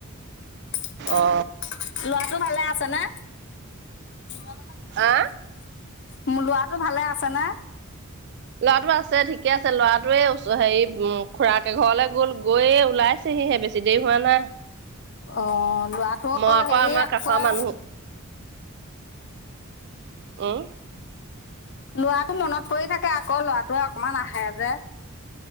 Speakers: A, on the left (about 55°); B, on the right (about 50°).
A: <unintelligible>
B: অ
A: ল'ৰাটো ভালে আছে নে? <unintelligible>
B: আহ
A: মোৰ ল'ৰাটো ভালে আছে নে?
B: ল'ৰাটো আছে ঠিকে আছে। ল'ৰাটোৱে এই হেৰি উম খুৰাকে ঘৰলে গ'ল গৈয়েই ওলাই পাইছেহি হে বেছি দেৰি হোৱা নাই।
A: অঁ! ল'ৰাটোৱ
B: মই আকৌ
A: হেৰি
B: আমাৰ
A: আকৌ
B: কাষৰ মানুহ উম।
A: ল'ৰাটো মনত পৰি থাকে আকৌ ল'ৰাটোৱে অকমান আহে যে।